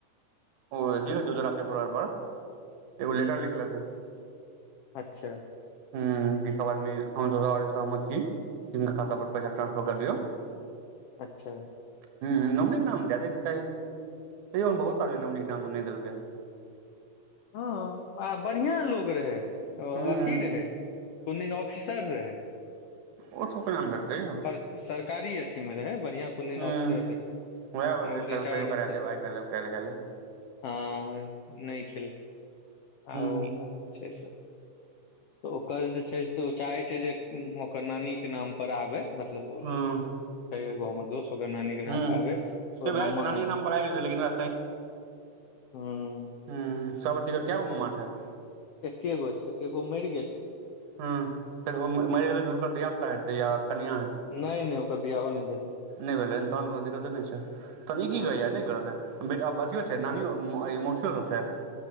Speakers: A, on the right; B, on the left.
A: ओ कि कहै छै उजरा पेपर पर एगो
B: हूँ
A: लेटर लिख लेथिन
B: अच्छा
A: ह ई सब आदमी <unintelligible> हम सहमद छी तिनक खाता पर पै ट्रासफर क दियऔ
B: अच्छा
A: हूँ नमनी क नाम दै दैब चाही तैयो ने बहुत आदमी नमनीके नाम नय देलकै
B: हँ आ बढ़िया लोग रहै
A: हूं
B: ओ अथी रहै कोन दिन ऑफिसर रहै
A: ओ सब के नाम देलकै यो
B: पर सरकारी अथी मे रहै बढ़ियां कुनदिन
A: हूं
B: ऑफसर रहै
A: वएह वजह
B: आओ रिटारड
A: कहियो करा
B: भेला
A: लेब आइ कए लेब काल्हि कए लेब
B: हँ नय खेलकै
A: हूं
B: आओ छै से तऽ ओकर जे छै से ओ चाहे छै जे ओकर नानी के नाम पर आबे मतलब <unintelligible>
A: हूं
B: छय एगो हमर दोस्त ओकरा नानी के नाम
A: हूं
B: पर आबै ओर
A: से भए
B: ममा
A: जेतै नानी के
B: क
A: नाम पर आबि जेतै लेकिन ओकरा
B: ह
A: ह <unintelligible> कए गो ममा छय
B: एके गो छय एगो मैर
A: हँ फेर ओ मैर गेलै तऽ हुनकर धियापुता हेतै या कनिआँ हेतै
B: नय नय ओक बिआहो ने भेल या
A: नय भेलैन तहन कोनो दिक्कते नय छै तहन ई
B: हँ
A: की कहै य नय करतै अथी छै नानी मौर्सी सब छै